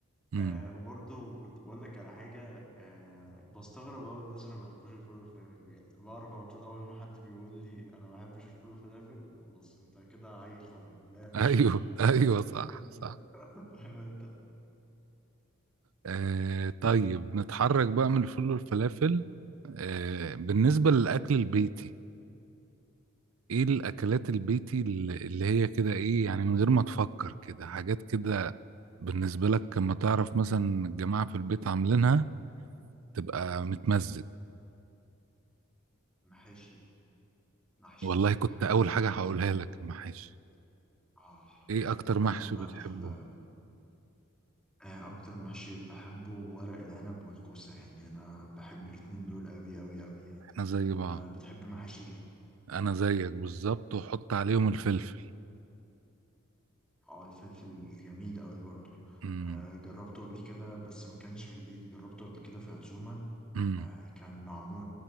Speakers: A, on the right; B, in the centre.
A: مم.
B: آه وبرضه كنت بقول لك على حاجة آه بستغرب أوي الناس اللي ما بيحبوش الفول والفلافل بجد بعرف على طول أول ما حد بيقول لي أنا ما بحبش الفول والفلافل خلاص أنت كده عيل طري من الآخر
A: أيوه <laughs> أيوه صح
B: <laughs>
A: صح
B: فاهم أنت
A: آه، طيب نتحرك بقى من الفول والفلافل آه، بالنسبة للأكل البيتي ايه الاكلات البيتي اللي اللي هي كده ايه يعني من غير ما تفكر كده حاجات كده بالنسبة لك لما تعرف مثلا الجماعة في البيت عاملينها تبقى متمزج
B: محاشي محشي
A: والله كنت
B: بحب
A: اول
B: المحشي
A: حاجة هقولها
B: أوي
A: لك المحاشي
B: آه
A: ايه اكتر
B: المكرونة
A: محشي بتحبه
B: بال آه أكتر محشي بحبه ورق العنب والكوسة يعني أنا بحب الاتنين دول أوي أوي أوي يعني
A: احنا زي بعض
B: آه بتحب محاشي إيه؟
A: انا زيك بالظبط وحط عليهم الفلفل
B: اه الفلفل جميل قوي برضه
A: امم
B: آه جربته قبل كده بس ما كانش في البيت جربته قبل كده في عزومة
A: امم
B: آه، كان معمول